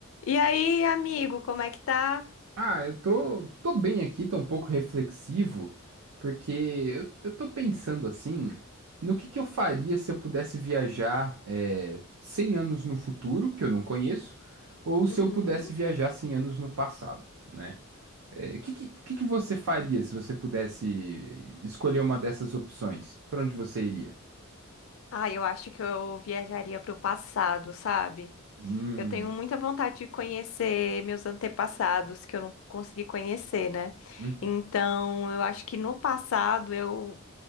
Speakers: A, on the left; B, on the right.
A: E aí, amigo, como é que tá?
B: Ah, eu tô, tô bem aqui, tô um pouco reflexivo, porque eu, eu tô pensando assim, no que que eu faria se eu pudesse viajar é, 100 anos no futuro, que eu não conheço, ou se
A: Uhum.
B: eu pudesse viajar 100 anos no passado, né? É, que, que, que que você faria se você pudesse eh, escolher uma dessas opções? Para onde você iria?
A: Ah, eu acho que eu viajaria pro passado, sabe?
B: Hum,
A: Eu tenho muita vontade de conhecer meus antepassados que eu não consegui conhecer, né?
B: uhum.
A: Então, eu acho que no passado eu